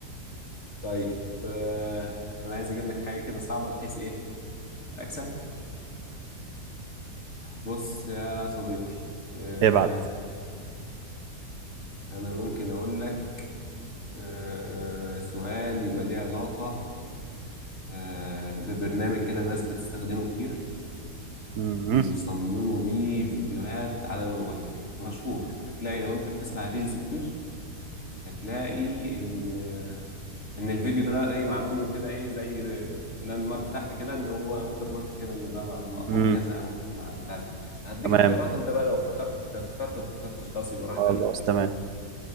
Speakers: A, on the left; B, on the right.
A: طيب آه، انا عايز اجيب لك حاجه كده صعبه بحيث ايه اكسب بص يا صديقي آه،
B: ابعت
A: انا ممكن اقول لك آه، سؤال يبقى ليه علاقه آه، ببرنامج كده ناس بتستخدمه كتير
B: مم.
A: بيصمموا بيه فيديوهات على الموبايل مشهور هتلاقي لو انت بتسمع ريلز كتير هتلاقي ان ان الفيديو ده ايه معمول له كده ايه زي لاند مارك تحت كده ان هو ووتر مارك كده ان ده مع- مقطوع
B: مم.
A: بكذا او مع- متعدل بكذا هديك
B: تمام
A: اختيارات وانت بقى لو افتكرت افتكرت ما افتكرتش خلاص يبقى راحت
B: خلاص
A: عليك
B: تمام